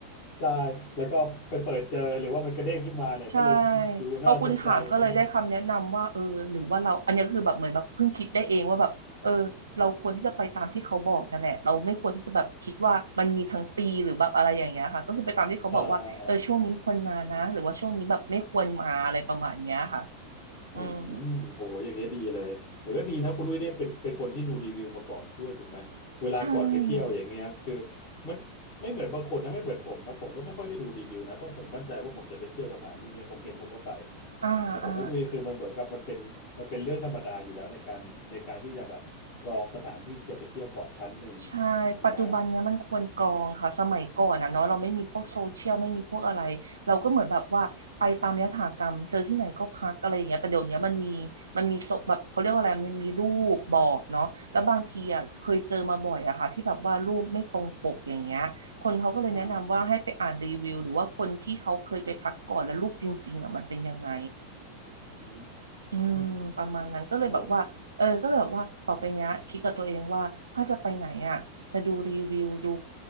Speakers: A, on the left; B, on the right.
A: ใช่แล้วก็ไปเปิดเจอหรือว่ามันกระเด้งขึ้นมาเนี่ยก็เลยดูน่าสนใจ
B: ใช่พอคุณถามก็เลยได้คำแนะนำว่าเออหรือว่าเราอันนี้ก็คือแบบเหมือนแบบเพิ่งคิดได้เองว่าแบบเออเราควรที่จะไปตามที่เขาบอกนั่นแหละเราไม่ควรที่จะแบบคิดว่ามันมีทั้งปีหรือแบบอะไรอย่างเงี้ยค่ะก็คือไปตามที่เขาบอกว่าเออช่วงนี้ควรมานะหรือว่าช่วงนี้แบบไม่ควรมาอะไรประมาณเนี้ยค่ะ
A: <laughs> เออ <laughs> อ่าอ่า อืม
B: อืม
A: โอ้โหอย่างเงี้ยดีเลยแต่ก็ดีนะคุณอุ้ยเนี่ยเป็นเป็นคนที่ดูรีวิวมาก่อนด้วยถูกไหมเวลาก่อนไปเที่ยวอย่างเงี้ยคือ
B: ใช่
A: มันไม่เหมือนบางคนนะไม่เหมือนผมนะผมก็ไม่ค่อยได้ดูรีวิวนะเพราะผมมั่นใจว่าผมจะไปเที่ยวสถานที่เนี้ยผมเห็นผมก็ไป
B: อ่าอ่า
A: แต่ของคุณอุ้ยคือมันเหมือนกับมันเป็นมันเป็นเรื่องธรรมดาอยู่แล้วในการในการที่จะแบบกรองสถานที่ที่จะไปเที่ยวก่อนชั้นหนึ่ง
B: ใช่ปัจจุบันเนี้ยมันควรกรองค่ะสมัยก่อนนะเนาะเราไม่มีพวกโซเชียลไม่มีพวกอะไรเราก็เหมือนแบบว่าไปตามยถากรรมเจอที่ไหนก็พักอะไรอย่างเงี้ยแต่เดี๋ยวเนี้ยมันมี
A: ถูกไหม
B: มันมีโซแบบเขาเรียกว่าอะไรมันมีรูปบอกเนาะแล้วบางทีอ่ะเคยเจอมาบ่อยอะค่ะที่แบบว่ารูปไม่ตรงปกอย่างเงี้ยคนเขาก็เลยแนะนำว่าให้ไปอ่านรีวิวหรือว่าคนที่เขาเคยไปพักก่อนแล้วรูปจริงๆอ่ะมันเป็นยังไง
A: อ๋ออื
B: อืมประมาณนั้นก็เลยแบบว่าเออก็เลยแบบว่าต่อไปเนี้ยคิดกับตัวเองว่าถ้าจะไปไหนอ่ะจะดูรีวิวดู
A: มโอ้